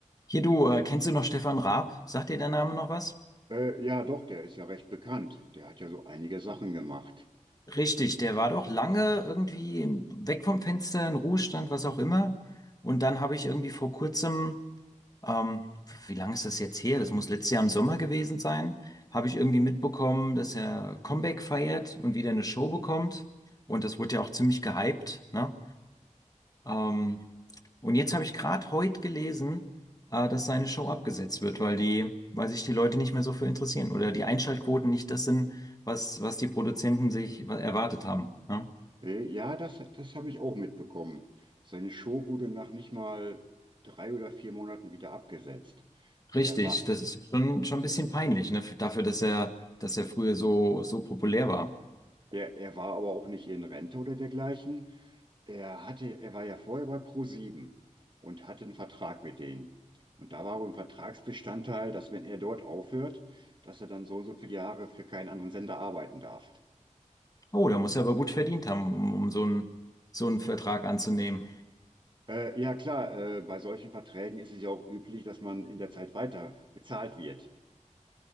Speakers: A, on the left; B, on the right.
A: Hier du, äh, kennst du noch Stefan Raab? Sagt dir der Name noch was?
B: Äh, ja, doch, der ist ja recht bekannt. Der hat ja so einige Sachen gemacht.
A: Richtig, der war doch lange irgendwie weg vom Fenster, in Ruhestand, was auch immer. Und dann habe ich irgendwie vor kurzem, ähm, wie lange ist das jetzt her? Das muss letztes Jahr im Sommer gewesen sein, habe ich irgendwie mitbekommen, dass er Comeback feiert und wieder eine Show bekommt. Und das wurde ja auch ziemlich gehypt, ne? Ähm, Und jetzt habe ich gerade heute gelesen, äh, dass seine Show abgesetzt wird, weil die, weil sich die Leute nicht mehr so für interessieren oder die Einschaltquoten nicht das sind, was, was die Produzenten sich wa- erwartet haben. Ne?
B: Äh, ja, das, das habe ich auch mitbekommen. Seine Show wurde nach nicht mal drei oder vier Monaten wieder abgesetzt.
A: Richtig,
B: Er war,
A: das ist schon, schon ein bisschen peinlich, ne? für- Dafür, dass er, dass er früher so, so populär war.
B: er, er war aber auch nicht in Rente oder dergleichen. Er hatte, er war ja vorher bei ProSieben und hatte einen Vertrag mit denen. Und da war wohl ein Vertragsbestandteil, dass wenn er dort aufhört, dass er dann so und so viele Jahre für keinen anderen Sender arbeiten darf.
A: Oh, da muss er aber gut verdient haben, um, um so einen, so einen Vertrag anzunehmen.
B: Äh, ja klar, äh, bei solchen Verträgen ist es ja auch üblich, dass man in der Zeit weiter bezahlt wird.